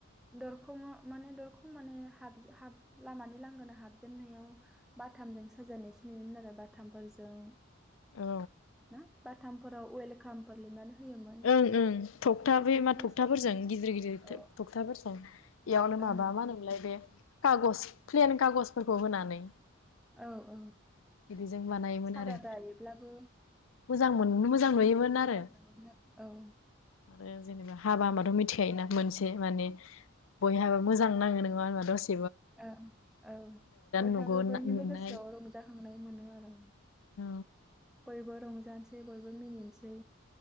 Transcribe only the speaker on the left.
औ
ओं ओं थखथा
मा थखथाफोरजों
गिदिर गिदिर
थखथाफोरजों बेयावनो
माबा मा होनो मोनलाय? खागज प्लेन खागजफोरखौ होनानै
बिदिजों बानायोमोन
आरो
मोजां मोन मोजां नुयोमोन
आरो
आरो जेनेबा हाबा होनबाथ' मिथिखायोना मोनसे माने बयहाबा मोजां नाङो नङा आं दसे
नुगोन
नुनाय
औ